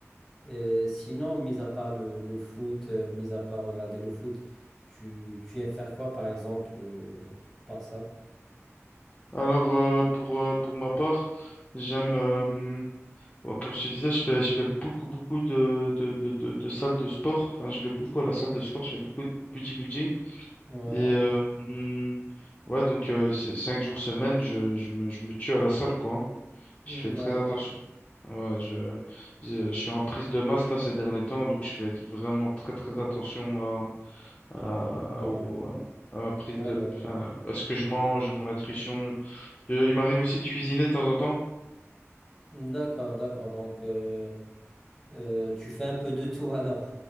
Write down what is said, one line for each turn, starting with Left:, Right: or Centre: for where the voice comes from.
Centre: Et sinon, mis à part le, le foot, euh, mis à part regarder le foot, tu, tu aimes faire quoi, par exemple, euh, à part ça?
Left: Alors, euh, pour, euh, pour ma part, j'aime, euh, bon, comme je te disais, je fais, je fais beaucoup, beaucoup de, de, de, de, de salles de sport. Enfin, je vais beaucoup à la salle de sport, je fais beaucoup de bodybuilding.
Centre: Ouais,
Left: Et euh, hum, ouais, donc euh, c- cinq jours semaine, je, je me, je me tue à la salle, quoi. hein.
Centre: Hmm,
Left: Je fais très
Centre: d'accord.
Left: attention. Ouais, je, je, je suis en prise de masse là ces derniers temps, donc je fais vraiment très très attention à, à,
Centre: Ouais,
Left: à- au- à ma prise
Centre: ouais,
Left: de,
Centre: le-
Left: enfin, à ce que
Centre: tu-
Left: je mange, mon nutrition. Euh, il m'arrive aussi de cuisiner de temps en temps.
Centre: D'accord, d'accord. Donc, euh, euh, tu fais un peu de tout alors.